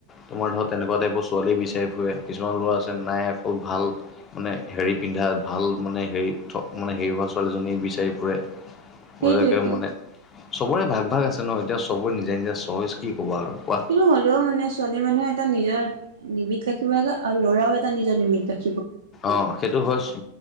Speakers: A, on the left; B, on the right.
A: তোমাৰ ধৰা তেনেকুৱা টাইপৰ ছোৱালী বিচাৰি ফুৰে, কিছুমান ল'ৰা আছে নাই খুব ভাল মানে হেৰি পিন্ধা ভাল মানে হেৰি থ মানে হেৰি হোৱা ছোৱালীজনী বিচাৰি ফুৰে। <unintelligible>
B: সেইটোৱেইটো
A: মানে চবৰে ভাগ ভাগ আছে ন। এতিয়া চবৰে নিজে নিজে চইজ কি ক'বা আৰু কোৱা।
B: এইটো হ'লেও মানে ছোৱালী মানুহে এটা নিজৰ লিমিট ৰাখিব লাগে আৰু ল'ৰাও এটা নিজৰ লিমিট ৰাখ
A: অ সেইটো হয় চো